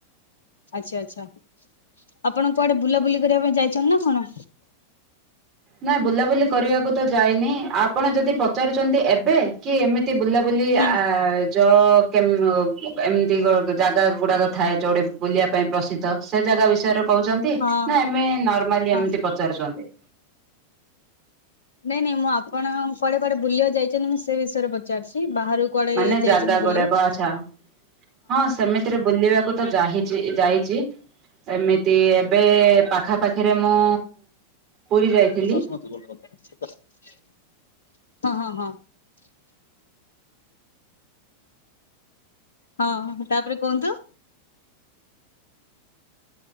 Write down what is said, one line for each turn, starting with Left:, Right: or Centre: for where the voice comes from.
Left: ଆଛା ଆଛା। ଆପଣ କୁଆଡେ ବୁଲାବୁଲି କରିବା ପାଇଁ ଯାଇଛନ୍ତି ନା କଣ?
Right: ନାଇଁ ବୁଲାବୁଲି କରିବାକୁ ତ ଯାଇନି ଆପଣ ଯଦି ପଚାରୁଛନ୍ତି ଏବେ? କି ଏମିତି ବୁଲାବୁଲି
Left: ହୁଁ
Right: ଆ ଚ କେମ୍ ଓ ଏମିତି ଜାଗା ଗୁଡାକ ଥାଏ ଯୋଉଠି ବୁଲିବା ପାଇଁ ପ୍ରସିଦ୍ଧ ସେ ଜାଗା ବିଷୟରେ କହୁଛନ୍ତି
Left: ହଁ
Right: ନା ଏମେ ନର୍ମାଲି
Left: ହଁ
Right: ଏମିତି ପଚାରୁଛନ୍ତି?
Left: ନାଇଁ ନାଇଁ ମୁଁ ଆପଣ କୁଆଡେ କୁଆଡେ ବୁଲିବାକୁ ଯାଇଛନ୍ତି ମୁଁ ସେ ବିଷୟରେ ପଚାରୁଛି ବାହାରୁ କୁଆଡେ
Right: ମାନେ
Left: ଯାଇଛନ୍ତି
Right: ଜାଗା ଗୁଡାକ
Left: ବୁଲିବାକୁ
Right: ଆଛା ହଁ ସେମି ରେ ବୁଲିବାକୁ ତ ଯାହିଚି ଯାଇଚି। ଏମିତି ଏବେ ପାଖାପାଖିରେ ମୁଁ ପୁରୀ ଯାଇଥିଲି
Left: ହଁ ହଁ ହଁ। ହଁ ତାପରେ କୁହନ୍ତୁ।